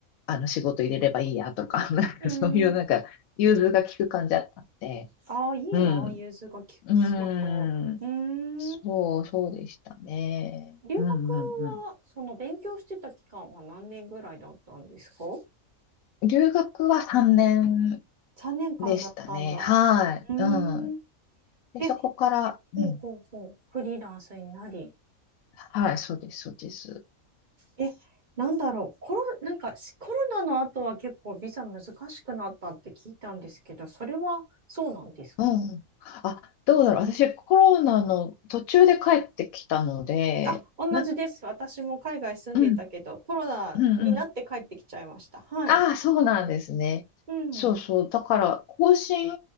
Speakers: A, on the left; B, on the right.
A: あの仕事入れればいいやとか、<laughs> なんかそういうなんか融通が利く感じだったんで、
B: うんああ、いいな、
A: うん。
B: 融通が効く仕事。
A: うーん。
B: うーん。
A: そう、そうでしたね。
B: 留学
A: うんうんう
B: は、その勉強してた期間は何年ぐらいだったんですか
A: ん。留学は3年
B: ?3 年間だったんだ。
A: でしたね。はい。
B: うーん。
A: うん。で、
B: え、
A: そこから、うん。
B: ほうほうほう。フリーランスになり。
A: はい、そうです、そうです。
B: え、なんだろう。コロ、なんかしコロナの後は結構ビザ難しくなったって聞いたんですけど、それはそうなんですか
A: うんうん。あ、どうだろう。私、コロナの途中で帰ってきたので、
B: あ、同じです。
A: な、
B: 私も海外住んでいたけど、
A: うん、
B: コロナになって帰ってきちゃいました。
A: うん、うん。
B: はい。
A: ああ、そうなんですね。
B: うん。
A: そうそう。だから、更新